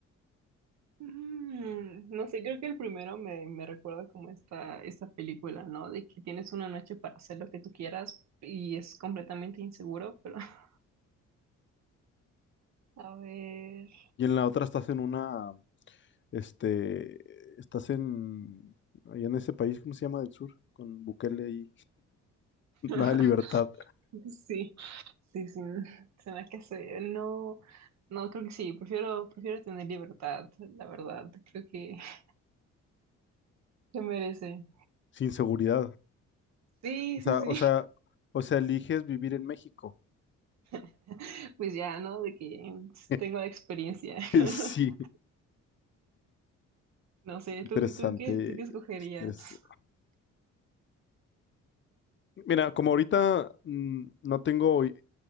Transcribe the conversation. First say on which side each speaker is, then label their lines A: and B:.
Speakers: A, on the right; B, on the left.
A: Mm, no sé, creo que el primero me, me recuerda como esta, esta película, ¿no? De que tienes una noche para hacer lo que tú quieras y es completamente inseguro, pero <laughs> a ver.
B: Y en la otra estás en una, este, estás en, allá en ese país, ¿cómo se llama? Del sur, con Bukele y <laughs>
A: <laughs>
B: nada de libertad,
A: Sí, sí, sí, se me hace, no, no, creo que sí, prefiero, prefiero tener libertad, la verdad, creo que <laughs> se merece.
B: sin seguridad.
A: Sí,
B: O sea,
A: sí, sí,
B: o sea, o sea, eliges vivir en México.
A: <laughs> pues ya, ¿no? De que
B: <laughs>
A: tengo la experiencia. <laughs>
B: Sí,
A: No sé,
B: interesante.
A: ¿tú, tú qué, tú qué escogerías?
B: Estres- Mira, como ahorita mm, no tengo hi-